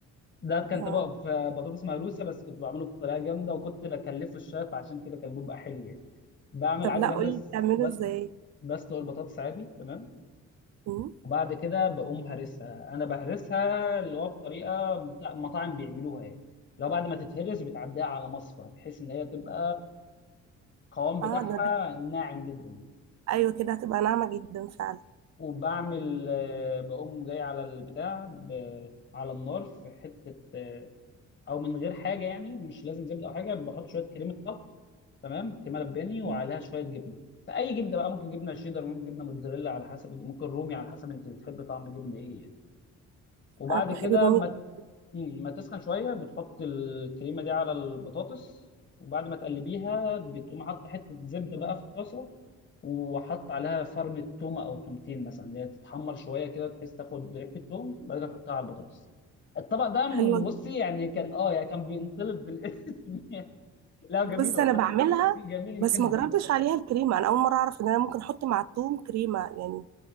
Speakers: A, on the left; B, on the right.
A: ده كان
B: اه
A: طبق في بطاطس مهروسه بس كنت بعمله بطريقه جامده وكنت بكلفه الشيف عشان كده كان بيبقى حلو يعني بعمل
B: طب
A: عادي
B: لا
A: بهرس
B: قولي بتعمله
A: بس
B: ازاي
A: بسلق البطاطس عادي تمام
B: مم.
A: وبعد كده بقوم هرسها انا بهرسها اللي هو بطريقه بتاع- مطاعم بيعملوها يعني لو بعد ما تتهرس بتعديها على مصفى بحيث ان هي تبقى القوام بتاعها
B: اه ده بت...
A: ناعم جدا يعني
B: ايوه كده هتبقى ناعمه جدا فعلا
A: وبعمل آه، بقوم جاي على البتاع ب- على النار في حته آه، او من غير حاجه يعني مش لازم زبده او حاجه بحط شويه كريمه طبخ تمام كريمه لباني وعليها
B: مم.
A: شويه جبنه فاي جبنه بقى ممكن جبنه شيدر ممكن جبنه موتزاريلا على حسب ممكن رومي على حسب انت بتحب طعم الجبنه ايه يعني وبعد
B: انا بحب
A: كده
B: الرومي جدا
A: مم، ما تسخن شويه بتحط الكريمه دي على البطاطس وبعد ما تقلبيها بتقوم حاطه حته زبده بقى في الطاسه وحط عليها فرمه تومه او تومتين مثلا اللي هي تتحمر شويه كده بحيث تاخد ريحه التوم بعد كده تحطها على البطاطس الطبق ده م-
B: حلوه جدا
A: بصي يعني كان اه يعني كان بينطلب بالاسم <laughs> لا
B: بص
A: جميل والله
B: انا بعملها
A: <laughs> جميل
B: بس
A: جدا
B: ما جربتش عليها الكريمه انا اول مره اعرف ان انا ممكن احط مع التوم كريمه يعني